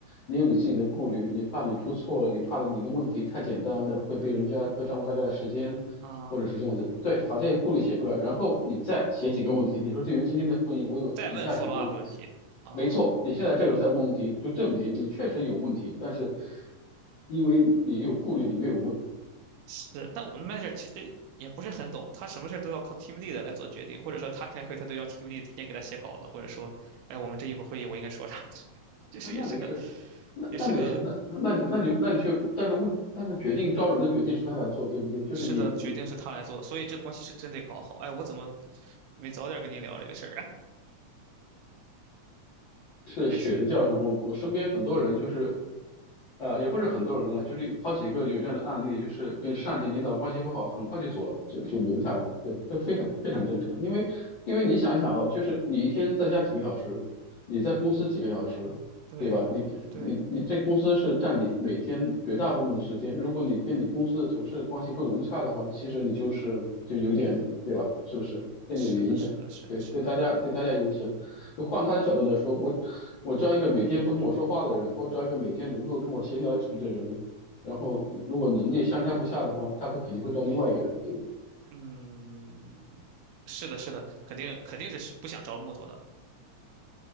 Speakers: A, on the left; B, on the right.
A: 你有你自己的顾虑，你怕你出错了，你怕的你的问题太简单了，会被人家会耽误大家的时间，
B: 啊
A: 或者是这样子。对，把这些顾虑写出来，然后你再写几个问题。
B: 哦，
A: 你说对于今天的会议，我有以下几个问题，
B: 再问 follow up 问题啊，
A: 没错，你现在这个时候在问问题，就证明你确实有问题，但是因为你有顾虑，你没有问。
B: 是，但我们的 manager 其实也不是很懂，他什么事儿都要靠 team lead 来做决定，或者说他开会他都要 team lead 提前给他写稿子，或者说，哎，我们这一会儿会议我应该说啥，<laughs> 就是也是个
A: 啊，那没事，那那没事，
B: 也是个嗯，
A: 那那就那就那你去，但是问，但是决定招人的决定是他来做，对不对？就是你你
B: 是的，决定是他来做的，所以这关系是真得搞好。哎，我怎么没早点跟您聊这个事儿啊？<laughs>
A: 是血的教训。
B: 确实。
A: 我我身边很多人就是，呃，也不是很多人了，就是有好几个有这样的案例，就是跟上级领导关系不好，很快就走了，就就留不下来。对，这非常非常正常，因为因为你想一想哦，就是你一天在家几个小时，你在公司几个小时，
B: 对，
A: 对吧？你你你这公司是占你每天绝大部分的时间，
B: 对，
A: 如果你跟你公司的同事关系不融洽的话，其实你就是就有点，对吧？是不是？对你有影响，
B: 是的，是的，是的，
A: 对，
B: 是的，
A: 对大家对大家有影响。就换他的角度来说，我我招一个每天不跟我说话的人，或招一个每天能够跟我闲聊几句的人，然后如果能力相差不下的话，他会肯定会招另外一个人，对不对？
B: 嗯，是的，是的，肯定肯定是需不想招木头的，